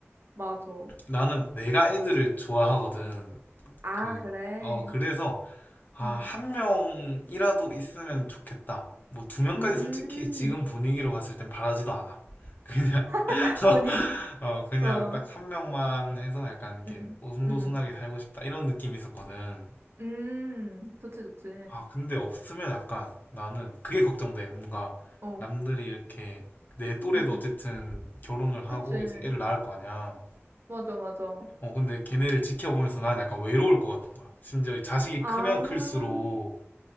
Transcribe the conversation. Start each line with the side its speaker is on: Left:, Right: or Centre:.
Right: 맞아.
Left: 나는 내가 애들을 좋아하거든.
Right: 아,
Left: 그,
Right: 그래.
Left: 어, 그래서 아,
Right: 음.
Left: 한 명이라도 있으면 좋겠다. 뭐 두 명까지
Right: 음,
Left: 솔직히 지금 분위기로 봤을 땐 바라지도 않아. 그냥 <laughs>
Right: <laughs> 분위기.
Left: 어, 그냥
Right: 어.
Left: 딱
Right: 음,
Left: 한 명만 해서 약간 이게
Right: 음,
Left: 오순도순하게
Right: 음,
Left: 살고 싶다 이런 느낌이 있었거든.
Right: 음, 음, 좋지, 좋지.
Left: 아, 근데 없으면 약간 나는 그게 걱정돼. 뭔가
Right: 어,
Left: 남들이 이렇게 내 또래도
Right: 음, 음,
Left: 어쨌든 결혼을 하고
Right: 그치.
Left: 이제 애를 낳을 거 아니야.
Right: 맞아, 맞아.
Left: 어, 근데 걔네를 지켜보면서 난 약간 외로울 것 같은 거야. 심지어 이 자식이
Right: 아,
Left: 크면 클수록